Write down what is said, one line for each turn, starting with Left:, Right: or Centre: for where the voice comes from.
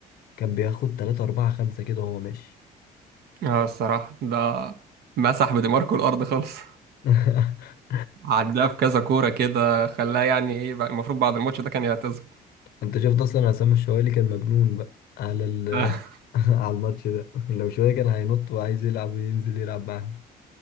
Left: كان بياخد 3 4 5 كده وهو ماشي
Right: اه الصراحة ده مسح بدماركو الأرض خالص
Left: <laughs>
Right: عداه في كذا كورة كده خلاه يعني ايه بقى- المفروض بعد الماتش ده كان يعتزل
Left: انت شفت اصلا عصام الشوالي كان مجنون بقى على ال...
Right: <laughs>
Left: <laughs> على الماتش ده <laughs> لو شوية كان هينط وعايز يلعب ينزل يلعب معاهم